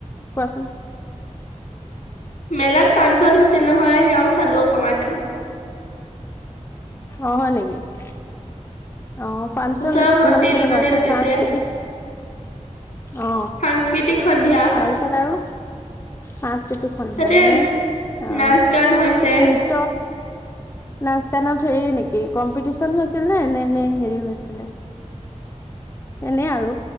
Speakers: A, on the left (about 20°); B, on the left (about 75°).
A: কোৱাচোন
B: মেলাত ফাংচন হৈছিল নহয় সেয়াও চালো অকমান
A: অ হয় নেকি অ ফাংচন
B: ওচৰৰ ভন্টি
A: মানে কেনেকুৱা
B: দুজনী নাচিছে
A: সাংস্কৃতিক অ
B: সাংস্কৃতিক সন্ধিয়া
A: তাৰপিছত আৰু সাংস্কৃতিক সন্ধিয়া
B: তাতে
A: মানে অ
B: নাচ গান হৈছে
A: নৃত্য নাচ গানত হেৰি নেকি কম্পিটিচন হৈছিল নে নে নে হেৰি হৈছিলে এনেই আৰু